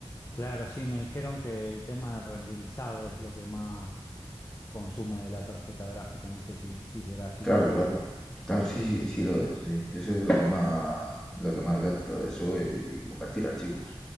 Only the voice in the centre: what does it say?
Claro, claro. Claro, sí, sí, sí lo es, sí. Eso es lo que más, lo que más gasta, eso y convertir archivos.